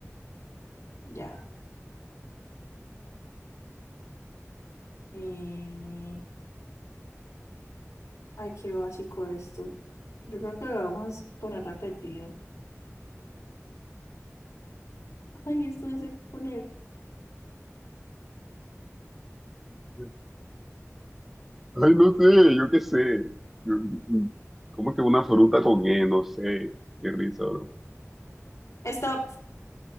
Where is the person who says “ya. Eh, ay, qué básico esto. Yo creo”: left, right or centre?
Left